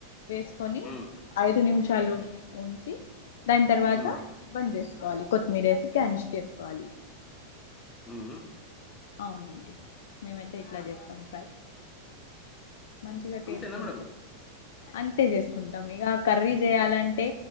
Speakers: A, on the left; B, on the left.
A: వేసుకొని
B: హ్మ్.
A: ఐదు నిమిషాలు ఉంచి దాని తర్వాత
B: హ్మ్.
A: బంద్ చేసుకోవాలి కొత్తిమీర వేసి గార్నిష్ చేసుకోవాలి
B: మ్మ్ మ్మ్
A: అవునండి మేమైతే ఇట్లా చేస్తాం ఫ్రై మంచిగా టేస్ట్
B: అంతేనా మేడం
A: ఉంటది అంతే చేసుకుంటాం ఇగ కర్రీ చేయాలంటే